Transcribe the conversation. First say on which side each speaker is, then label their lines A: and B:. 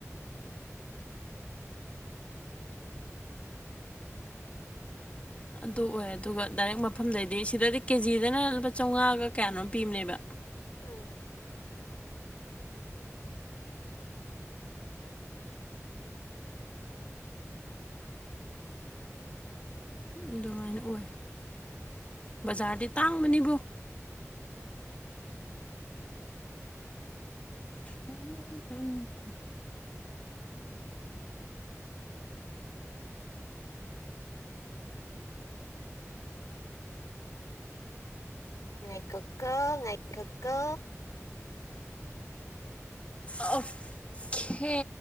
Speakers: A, on the left; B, on the left.
A: ꯑꯗꯨ ꯑꯣꯏ ꯑꯗꯨꯒ ꯗꯥꯏꯔꯦꯛ ꯃꯐꯝꯗꯩꯗꯤ ꯁꯤꯗꯗꯤ ꯀꯦꯖꯤꯗꯅ ꯂꯨꯄꯥ ꯆꯧꯉꯥꯒ ꯀꯌꯥꯅꯣꯝ ꯄꯤꯕꯅꯦꯕ
B: ꯎꯝ
A: ꯑꯗꯨꯃꯥꯏꯅ ꯑꯣꯏ ꯕꯖꯥꯔꯗꯤ ꯇꯥꯡꯕꯅꯤꯕꯣ ꯎꯝ ꯎꯝ
B: ꯉꯥꯏꯈꯣꯀꯣ ꯉꯥꯏꯈꯣꯀꯣ
A: ꯑꯣ ꯀꯦ